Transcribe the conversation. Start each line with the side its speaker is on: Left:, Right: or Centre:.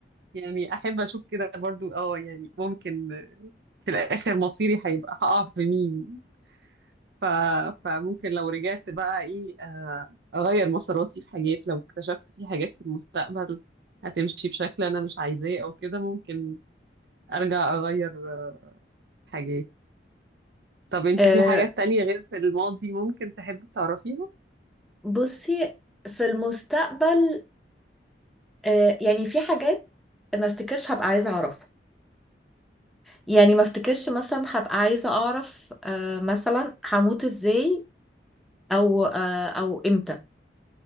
Right: يعني احب اشوف كده برضو اه يعني ممكن في الاخر مصيري هيبقى هقع في مين ف... فممكن لو رجعت بقى ايه آه، اغير مساراتي في حاجات لو اكتشفت في حاجات في المستقبل هتمشي بشكل انا مش عايزاه او كده ممكن ارجع اغير آه، حاجات طب انت
Centre: أه،
Right: في حاجات تانية غير في الماضي ممكن تحبي تعرفيها
Centre: بصي في المستقبل أه، يعني في حاجات ما افتكرش هبقى عايزه اعرفها يعني ما افتكرش مثلا هبقى عايزة اعرف آه، مثلا هموت ازاي او آه، او امتى